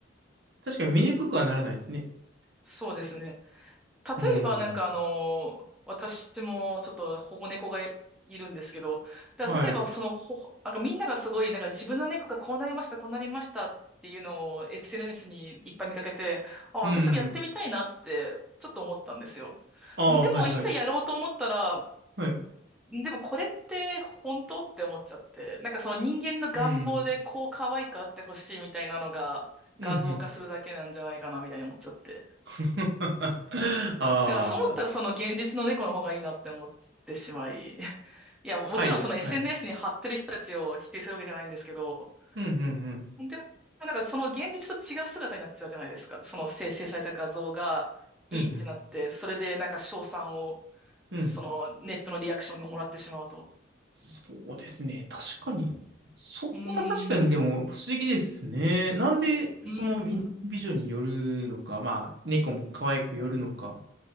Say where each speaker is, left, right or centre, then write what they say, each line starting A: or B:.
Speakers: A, on the right; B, in the centre.
A: 確かに見にくくはならないですね。
B: そうですね。例えば、
A: うん。
B: なんかあの私もちょっと保護猫がいるんですけど、だから例えば、
A: はい。
B: そのほ、なんかみんながすごい、なんか自分の猫がこうなりました、こうなりましたっていうのを SNS にいっぱい見かけて、あ、
A: うん。
B: 私もやってみたいなって、ちょっと思ったんですよ。
A: ああ、
B: でも、
A: はいはい。
B: いざやろうと思ったら、
A: はい。
B: でもこれって本当って思っちゃって、なんかその人間の願望でこう可愛くあってほしいみたいなのが画像化するだけなんじゃないかなみたいに思っちゃって。
A: うん。うん、うん。<laughs> ああ、
B: だからそう思ったらその現実の猫の方がいいなって思ってしまい。<laughs> いや、もちろんその
A: はいはい。
B: SNS に貼ってる人たちを否定するわけじゃないんですけど、
A: うん、うん、うん。
B: でもなんかその現実と違う姿になっちゃうじゃないですか。その生成された画像がいいってなって、
A: うん、うん。
B: それでなんか称賛を、
A: うん
B: そのネットのリアクションがもらってしまうと。
A: そうですね。確かに。そこは確かにでも不思議ですね。
B: うーん。
A: なんで、
B: うーん。
A: その美男美女によるのか、まあ、猫も可愛くよるのか。